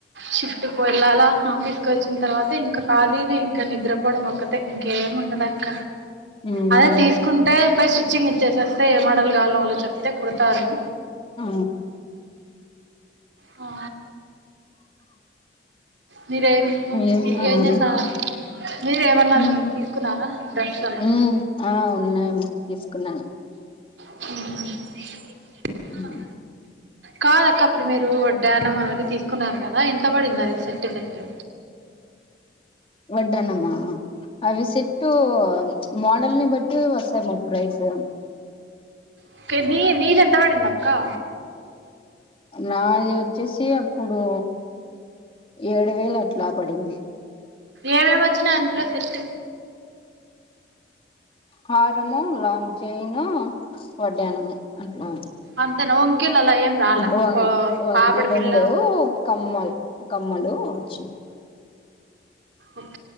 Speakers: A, on the right (about 80°); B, on the left (about 30°).
A: షిప్ట్కి వెళ్ళాలా ఆఫీస్కిచ్చిన తర్వాత ఇంకా ఖాళీ ఇంకా నిద్రపో పోవడం ఒక్కటే ఇంకేం ఉండదక్క.
B: ఉమ్
A: అదే తీసుకుంటే పోయి శి స్టిచింగ్ ఇచ్చేసస్తే ఏ మోడల్ కావాలో వాళ్లకి చెప్తే కుడతారు.
B: ఆ
A: ఆ మీరేం ఏం
B: ఏమో
A: చేస్తున్నారు
B: మరి
A: మీరు ఏమన్నా
B: ఉమ్
A: తీసుకున్నారా డ్రస్సు అలా
B: ఉమ్ ఆ ఉన్నాయమ్మా తీసుకున్నాను
A: హు
B: <inaudible>
A: కాదక్క అప్పుడు మీరు వడ్డానం అవన్నీ తీసుకున్నారు కదా ఎంత పడింది అది సెట్టు సెట్టు
B: వడ్డనమా అవి సేట్టు మోడల్ని బట్టి వస్థన్నాయి ప్రైజ్
A: ఇంక నీ నీది ఎంత పడిందక్క
B: నాది వచ్చేసి అప్పుడు ఏడు వేలు అట్లా పడింది.
A: ఏమేమి వచ్చినాయి అందులో సెట్
B: హారము లాంగ్ చైను వడ్డానము అంతే
A: అంతేనా వంకీలు అలా ఏం రాలా
B: ఊ వంకీలు
A: పాపడి బిళ్ళ
B: ఏమి లేవు కమ్మలు కమ్మలు వచ్చినయి.
A: ఓకే